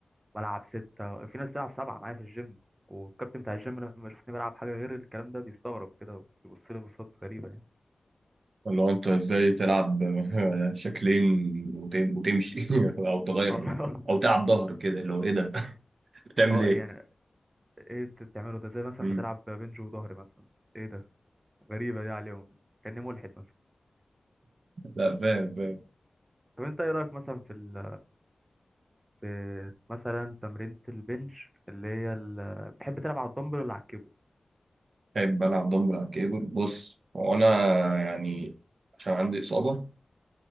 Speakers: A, on the right; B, on the right.
A: بلعب سته في ناس تلعب سبعه معايا في الجيم والكابتن بتاع الجيم لما يشوفني بلعب حاجه غير الكلام ده بيستغرب كده وبيبص لي بصات غريبه يعني
B: اللي هو انت ازاي تلعب <laughs> شكلين وتم- وتمشي <laughs> او تغير
A: اه
B: او تلعب ظهر كده اللي هو ايه ده <laughs>
A: <laughs>
B: بتعمل
A: اه
B: ايه
A: ايه يعني ايه انت بتعمله ده زي مثلا
B: مم.
A: بتلعب بنج وظهر مثلا ايه ده غريبه دي عليهم كاني ملحد مثلا
B: لا فاهم فاهم
A: طب انت ايه رايك مثلا في ال في مثلا تمرينة البنش اللي هي ال... بتحب تلعب على الدمبل ولا على الكيبل
B: بحب بلعب دمبل على الكيبل بص هو أنا يعني عشان عندي إصابة